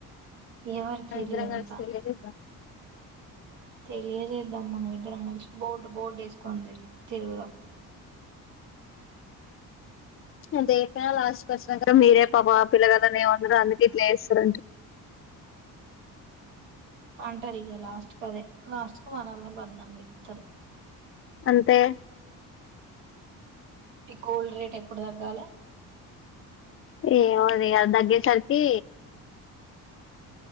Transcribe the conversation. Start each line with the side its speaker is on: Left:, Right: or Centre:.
Right: ఎవరి
Left: మన
Right: తెలివి
Left: ఇద్దరం
Right: ఎంత
Left: కలిసి తెలియదు
Right: తెలియచేద్దాం మనమిద్దరం కలిసి బోర్డు బోర్డు వేసుకొని తి తిరుగుదాం
Left: ఎంత చెప్పినా లాస్ట్ కోచ్చినంక మీరే పాపం ఆ పిల్ల కదా నేమందరు అందుకే ఇట్లా చేస్తారండ్రి.
Right: అంటారిగ లాస్ట్కి అదే లాస్ట్కు మనల్నే బగ్నం చెస్తారు.
Left: అంతే
Right: ఈ గోల్డ్ రేట్ ఎప్పుడు తగ్గాల
Left: ఏమో అదిగ అది తగ్గేసరికి